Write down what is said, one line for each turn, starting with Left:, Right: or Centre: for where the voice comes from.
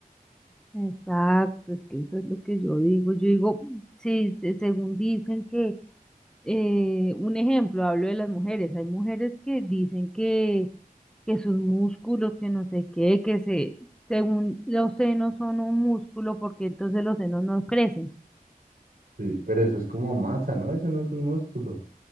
Centre: Exacto, es que eso es lo que yo digo. Yo digo, sí, se- según dicen que eh, un ejemplo, hablo de las mujeres. Hay mujeres que dicen que, que sus músculos, que no sé qué, que se, según los senos son un músculo, porque entonces los senos no crecen,
Right: Sí, pero eso es como masa, ¿no? Eso no es un músculo.